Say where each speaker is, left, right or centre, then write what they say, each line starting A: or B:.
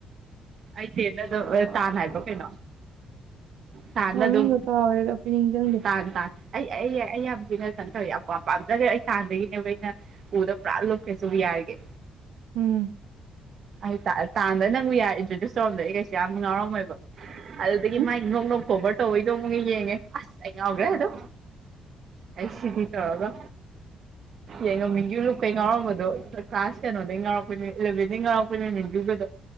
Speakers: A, on the right; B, on the right.
A: ꯑꯩ ꯇꯦꯟꯗ ꯑꯗꯨꯝ ꯇꯥꯟꯅ ꯍꯥꯏꯕ ꯀꯩꯅꯣ ꯇꯥꯟꯅ
B: ꯃꯃꯤꯡꯒ
A: ꯑꯗꯨꯝ
B: ꯀꯥꯎꯔꯦꯗ ꯑꯩꯈꯣꯏ ꯅꯤꯡꯁꯤꯡꯗꯦ
A: ꯇꯥꯟ ꯇꯥꯟ ꯑꯩ ꯑꯩ ꯑꯩ ꯌꯥꯝ ꯊꯤꯅ ꯈꯟ ꯇꯧꯋꯦ ꯌꯥꯝ ꯄꯥꯝꯖꯗꯦ ꯑꯩ ꯇꯥꯟꯗꯒꯤꯅꯦꯕ ꯑꯩꯅ ꯎꯗ ꯄꯨꯔꯥ ꯂꯨꯞꯈ꯭ꯔꯦꯁꯨ ꯎ ꯌꯥꯔꯒꯦ
B: ꯎꯝ
A: ꯑꯩ ꯇꯥꯟꯥꯟꯕꯗ ꯅꯪꯕꯨ ꯌꯥꯏꯟꯇ꯭ꯔꯣꯗ꯭ꯌꯨꯁ ꯇꯧꯔꯝꯗ ꯑꯩꯩꯦ ꯌꯥꯝ ꯉꯥꯎꯔꯝꯃꯣꯏꯕ ꯑꯗꯨꯗꯒꯤ
B: ꯍꯨꯝ
A: ꯃꯥꯥꯏ ꯅꯣ ꯅꯣ ꯀꯣꯕꯔ ꯇꯧꯕꯩꯗꯣ ꯑꯃꯨꯛꯒ ꯌꯦꯡꯉꯦ ꯑꯁ ꯑꯩ ꯉꯥꯎꯈ꯭ꯔꯦ ꯑꯗꯣ ꯑꯩ ꯁꯤꯗꯤ ꯇꯧꯔꯒ ꯌꯦꯡꯉ ꯃꯤꯡꯒꯤ ꯂꯨꯞꯄꯩ ꯉꯥꯎꯔꯝꯕꯗꯣ ꯀ꯭ꯂꯥꯁ ꯀꯩꯅꯣꯗꯩ ꯉꯥꯎꯔꯛꯄꯣꯏꯅꯤ ꯏꯂꯚꯦꯟꯗꯩ ꯉꯥꯎꯔꯛꯄꯣꯏꯅꯦ ꯃꯤꯡꯒꯤꯕꯗꯣ